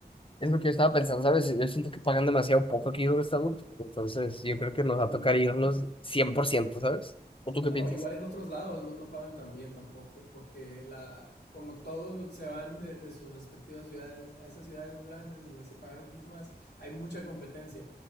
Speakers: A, on the left; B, on the left.
A: Es lo que yo estaba pensando, ¿sabes? Yo siento que pagan demasiado poco aquí donde estamos, entonces yo creo que nos
B: Sí,
A: va a tocar irnos
B: y,
A: cien por ciento ¿sabes? ¿O tú qué
B: No,
A: piensas?
B: igual en otros lados no, no pagan tan bien tampoco, porque la, como todos lo- se van de, de sus respectivas ciudades a esas ciudades más grandes donde se pagan un poquito más, hay mucha competencia.